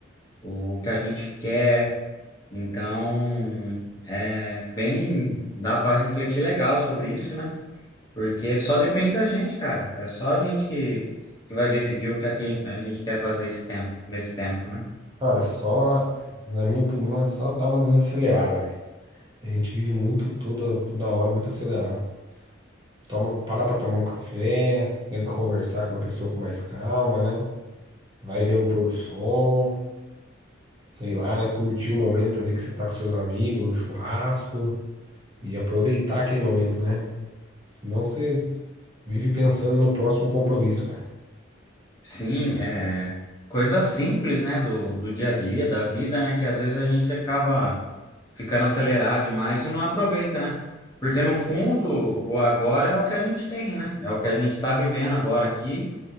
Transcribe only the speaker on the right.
Cara, é só, na minha opinião, é só dar uma desacelerada, velho. A gente vive muito toda, toda hora, muito acelerado. Toma, para pra tomar um café, tenta conversar com uma pessoa com mais calma, né? Vai ver um pôr do sol, sei lá, né? Curtir o momento ali que você tá com seus amigos, no churrasco, e aproveitar aquele momento, né? Senão você vive pensando no próximo compromisso, cara.